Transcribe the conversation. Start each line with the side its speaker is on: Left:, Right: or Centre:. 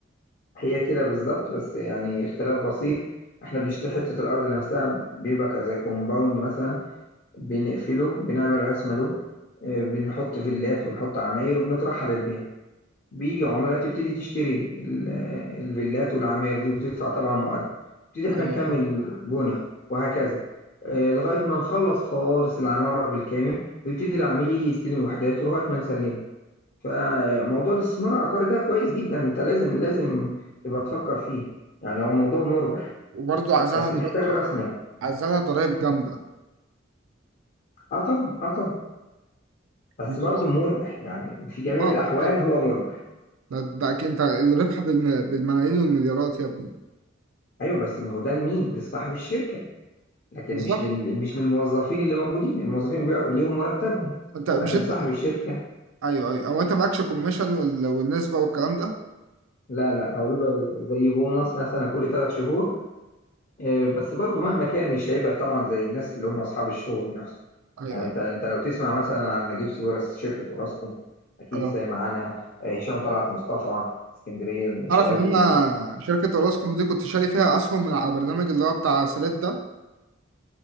Left: هي كده بالظبط بس يعني اختلاف بسيط احنا بنشتري حتة الأرض نفسها بيبقى ك- زي كومباوند مثلا بنقفله بنعمل رسمة له آه، بنحط فيلات وبنحط عماير وبنطرحها للبيع بيجي عملاء تبتدي تشتري ال- الفيلات والعماير دي وتدفع طبعا مقدم نبتدي احنا
Right: ايوه
Left: نكمل
Right: فاهم.
Left: بنا وهكذا آه، لغاية ما نخلص خالص العمارة بالكامل ويبتدي العميل يجي يستلم وحداته لغاية ما نسلمه فموضوع الاستثمار العقاري ده كويس جدا انت لازم لازم تبقى تفكر فيه يعني هو موضوع مربح
Right: وبرضه عايزاها
Left: بس محتاج راس مال
Right: عايزالها ضرايب جامدة
Left: اه طبعا اه طبعا بس
Right: الموضوع
Left: برضه مربح يعني في جميع
Right: اه آه،
Left: الأحوال
Right: طب
Left: هو مربح
Right: ده ده أكيد أنت الربح بالم- بالملايين والمليارات يا ابني
Left: ايوه بس ما هو ده لمين لصاحب الشركة لكن
Right: بالظبط
Left: مش لل... مش للموظفين اللي موجودين الموظفين بي... ليهم مرتبهم
Right: أنت مش
Left: لكن
Right: أنت
Left: صاحب الشركة
Right: أيوه أيوه هو أنت معكش كوميشن وال... والنسبة والكلام ده
Left: لا لا هو بيبقى زي بونص مثلا كل ثلاث شهور آه، بس برضو مهما كان مش هيبقى طبعا زي الناس اللي هم أصحاب الشغل نفسه
Right: أيوه
Left: يعني انت
Right: أيوه
Left: انت لو تسمع مثلا عن نجيب ساويرس شركة اوراسكوم اكيد
Right: أه
Left: سامع عنها آه، هشام طلعت مصطفى اسكندرية الانشاءات
Right: أعرف إن أنا
Left: و
Right: شركة أوراسكوم دي كنت شاري فيها أسهم من على برنامج اللي هو بتاع سريت ده